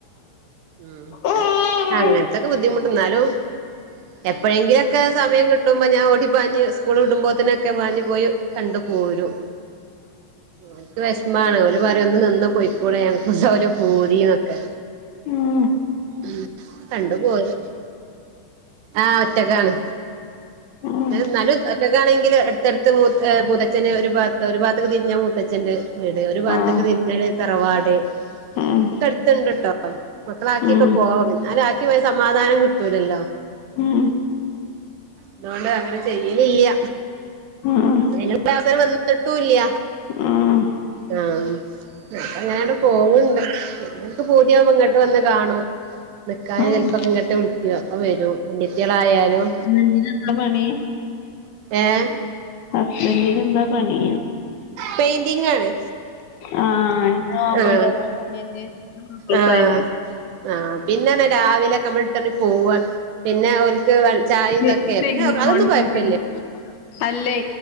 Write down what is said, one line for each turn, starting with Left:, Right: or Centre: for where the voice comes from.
Right: ഉം
Left: ആഹ്
Right: അങ്ങൻത്തൊക്കെ ബുദ്ധിമുട്ട് എന്നാലും എപ്പോഴെങ്കിലും ഒക്കെ സമയം കിട്ടുമ്പോ ഞാൻ ഓടി പാഞ്ഞു സ്കൂൾ വിടുമ്പോത്തിനൊക്കെ പാഞ്ഞി പോയി കണ്ടു പോരും ഓൽക്ക് വിഷമാണ് ഓല് പറയും ഒന്ന് നിന്ന് പോയിക്കൂടെ ഞങ്ങൾക്കും ഉണ്ടാവൂലേ പൂതിന്നൊക്കെ
Left: ആഹ്
Right: ഉം കണ്ടു പോരും ആഹ് ഒറ്റക്കാണ്.
Left: ഉം
Right: എന്നാലും ഒറ്റക്ക് ആണെങ്കിൽ അടുത്തടുത്ത് മൂ മൂത്തച്ഛന് ഒരു ഭാഗത്ത് ഒരു ഭാഗത്ത്ക്ക് തിരിഞ്ഞാ മൂത്തച്ഛന്റെ വീട് ഒരു ഭാഗത്ത്ക്ക്
Left: ആഹ്
Right: തിരിഞ്ഞാല് തറവാട് ഒക്കെ
Left: ഉം
Right: അടുത്ത്ണ്ട് ട്ടോ മക്കളാക്കിയൊക്കെ
Left: ഉം
Right: പോവാ എന്നാലും ആക്കി പോയ സമാധാനം കിട്ടൂലല്ലോ
Left: ഉം
Right: അതുകൊണ്ട് അങ്ങനെ ചെയ്യലില്ല.
Left: ഉം ഉം
Right: അതിനുള്ള അവസരം വന്നിട്ടും ഇല്ല
Left: ഉം
Right: ആഹ് ഉം അപ്പം അങ്ങനട് പോവുണ്ട് പിന്നെ ഓൽക്ക് പൂതിയാവുമ്പം ഇങ്ങട്ട് വന്ന് കാണും നിക്കാൻ
Left: ആഹ്
Right: ചിലപ്പോക്കെ ഇങ്ങോട്ട് വിളിക്കും അപ്പൊ വരും അനിയത്തികളായാലും
Left: ഇനി <inaudible> എന്താ പണി
Right: ഏഹ്
Left: ഹസ്ബൻന്റിന് എന്താ പണി
Right: പെയിന്റിംങ് ആണ്
Left: ആഹ് ഇന്റെ മാപ്പളന്റെ
Right: ആഹ്
Left: അതേ പണി തന്നേ മൂപ്പർക്കും
Right: ആഹ്
Left: അതന്നെ
Right: ആഹ് പിന്നെന്ന് പറഞ്ഞ രാവിലെ ഒക്കെ നമ്മള് ഇട്ടർഞ്ഞി പോവാൻ പിന്നെ ഓൽക്ക് ചായ
Left: <inaudible>
Right: ഇതൊക്കെ പിന്നെ അതൊന്നും കുഴപ്പില്ല
Left: അല്ലേ